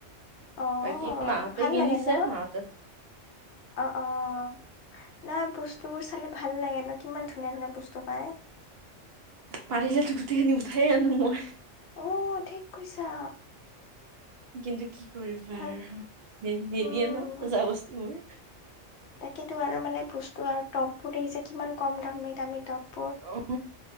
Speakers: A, on the left; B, on the right.
A: অ',
B: বাকী মাহঁতে
A: ভাল
B: কিনিছে
A: লাগে ন?
B: মাহঁতে
A: অ', অ'। নহয় বস্তুবোৰ চালে ভাল লাগে ন কিমান ধুনীয়া ধুনীয়া বস্তু পায়।
B: পাৰিলেতো গোটেই খিনি উঠাইে আনো মই।
A: অহ ঠিক কৈছা।
B: কিন্তু কি কৰিবা
A: ভাল
B: আৰু নিদিয়ে
A: উম।
B: ন সোজা বস্তুবোৰ।
A: তাকেতো আৰু মানে বস্তু আৰু টপবোৰ দেখিছে কিমান কম দামেই দামি টপ।
B: অ'।